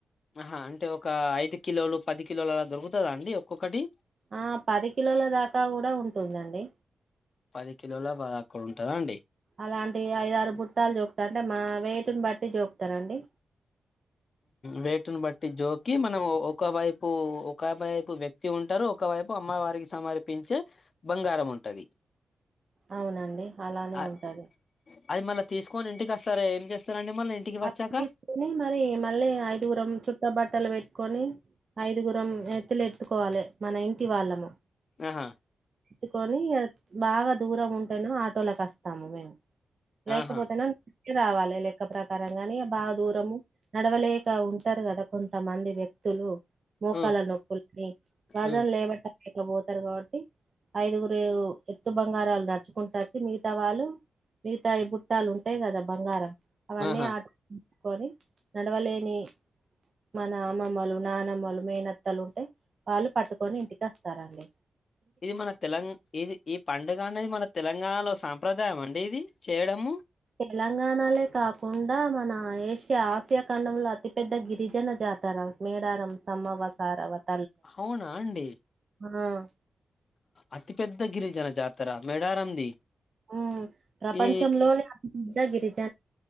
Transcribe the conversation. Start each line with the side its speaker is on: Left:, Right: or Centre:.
Left: ఆహా అంటే ఒక ఐదు కిలోలు పది కిలోలు అలా దొరుకుతాదా అండి ఒక్కొక్కటి
Right: ఆ పది కిలోల దాకా కూడా ఉంటుందండి
Left: పది కిలోల అక్కడ ఉంటదా అండి
Right: అలాంటి ఐదారు బుట్టాలు చూకుతా అంటే మా వేటుని బట్టి చూపుతారండి
Left: వేటుని బట్టి జోకి మనం ఒకవైపు ఒకవైపు వ్యక్తి ఉంటారు ఒకవైపు అమ్మవారికి సమర్పించే బంగారం ఉంటది
Right: అవునండి అలానే
Left: అ
Right: ఉంటాది
Left: అది మళ్ళా తీసుకొని ఇంటికి వస్తారా ఏం చేస్తారండి మ్మల్ల ఇంటికి వచ్చాక
Right: అవి తీసుకుని మరి మళ్ళీ ఐదుగురం చుట్ట బట్టలు పెట్టుకొని ఐదుగురం ఎత్తులు ఎత్తుకోవాలి మన ఇంటి వాళ్ళము
Left: ఆహా
Right: ఎత్తుకొని బాగా దూరం ఉంటేనే ఆటోలకు వస్తాము మేము లేకపోతేనా
Left: ఆహా
Right: రావాలి లేెక్క ప్రకా కరంగానే బాగా దూరము నడవలేక ఉంటారు కదా కొంతమంది వ్యక్తులు మోకాల
Left: ఉ,
Right: నొప్పులని రాజ
Left: ఉ,
Right: లేవట కపోతారు కాబట్టి ఐదుగురు ఎత్తు బంగారాలు నడుచుకుంటచ్చి మిగతా వాళ్ళు మిగతా ఈ బుట్టాలు ఉంటాయి కదా బంగారం అవన్నీ
Left: ఆహా
Right: ఆ కొని నడవలేని మన అమ్మమ్మలు నానమ్మలు మేనత్తలు ఉంటే వాళ్ళు పట్టుకొని ఇంటికస్తారండి
Left: ఇది మన తెలంగా ఇది ఈ పండుగ అనేది మన తెలంగాణలో సంంప్రదాయం అండి ఇది చేయడము
Right: తెలంగాణలే కాకుండా మన ఏషియా ఆసియా ఖండంలో అతిపెద్ద గిరిజన జాతర మేడారం సమవసారవత
Left: హవునా అండి
Right: ఆ
Left: అతి పెద్ద గిరిజన జాతర మేడారంది
Right: మ్ ప్రపంచంలోనే
Left: ఈ
Right: దగిరి